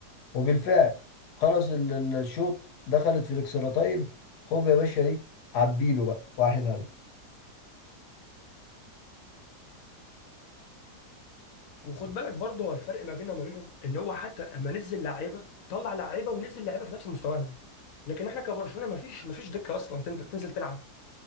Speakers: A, on the left (about 80°); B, on the left (about 60°).
A: وبالفعل خلص ال- ال- الشوط دخلت في الاكسترا تايم هوب يا باشا ايه عبيله بقى واحد هدف
B: وخد بالك برضه هو الفرق ما بيننا وما بينهم ان هو حتى اما نزل لعيبه طلع لعيبه ونزل لعيبه في نفس مستواهم لكن احنا كبرشلونه ما فيش ما فيش دكه اصلا تنزل تنزل تلعب